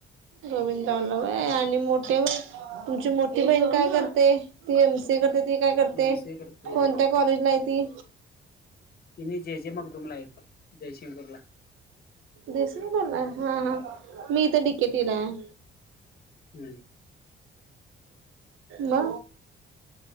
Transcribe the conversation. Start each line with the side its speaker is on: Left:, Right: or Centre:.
Right: गोविंदरावला होय आणि मोठ्या बही, तुमची मोठी बहीण काय करते? ती एम सी ए करते ती काय करते,
Left: एम सी ए करते
Right: कोणत्या कॉलेज ला हाय ती?
Left: तिने जे जे मगदूमला आहेत, जयशिंगपूरला.
Right: जयसिंगपूरला हा, मी इथं डि के टीला हाय.
Left: हम्म.
Right: म,